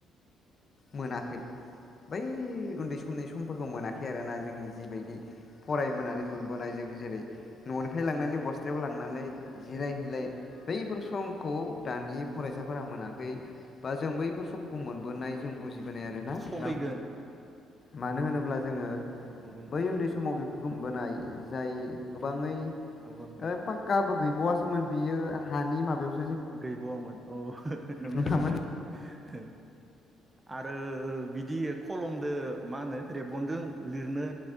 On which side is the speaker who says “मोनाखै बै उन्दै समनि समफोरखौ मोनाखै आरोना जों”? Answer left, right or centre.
Left